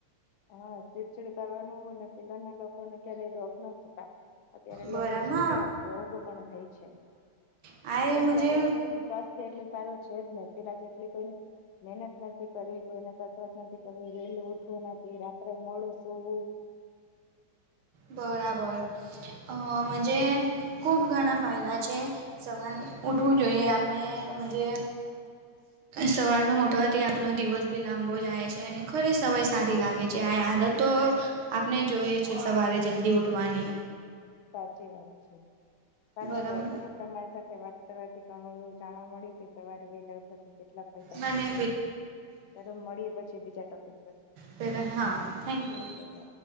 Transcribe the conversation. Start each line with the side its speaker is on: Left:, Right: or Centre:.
Left: હા ચીડચીડ કરવાનું, અને પેલા ના લોકોને ક્યારેય રોગ ના થતા. અત્યારે
Right: બરાબર
Left: લોકોને કેટલાક રોગો પણ થાય છે.
Right: આ
Left: કેમ
Right: એ મજે
Left: કે અત્યારે કોઈનું ચાલ એટલું સારું છે જ ને. પેલા જેટલી કોઈન મહેનત નથી કરવી, કોઈને કસરત નથી કરવી. વેલું ઉઠવું નથી, રાત્રે મોડું સૂવું.
Right: બરાબર. અ મઝે ખૂબ ઘણા ફાયદા છે. સવાર ઉઠવું જોઈએ, આપણે મઝે
Left: હ <inaudible>
Right: સવારમાં ઉઠવાથી આપનો દિવસ ભી લાંબો જાય છે, અને ખરે સવાય સારી લાગે છે, આય આદત તો આપણે જોઈએ છે, સવારે જલ્દી ઉઠવાની‌.
Left: સાચી વાત છે. સારું
Right: બરાબર
Left: કેહવાય ચલો. તમારી સાથે વાત કરવાથી, ઘણું એવું જાણવા મળ્યું કે સવારે વેલા, વાથી કેટલા ફાયદા
Right: મને
Left: થાય છે. ચાલો મળીએ પછી બીજા ટોપિક પર.
Right: ફીર હા. Thank you.
Left: Okay by